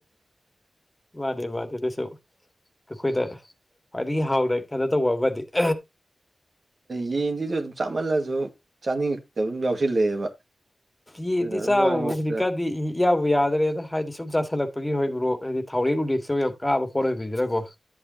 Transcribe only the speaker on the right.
ꯌꯦꯟꯁꯤꯁꯨ ꯑꯗꯨꯝ ꯆꯥꯝꯃꯜꯂꯁꯨ ꯆꯥꯅꯤꯡꯉꯛꯇꯕ ꯑꯗꯨꯝ ꯌꯥꯎꯁꯤꯜꯂꯛꯑꯦꯕ
ꯑꯗꯨꯅ
ꯃꯔꯛ ꯃꯔꯛꯇ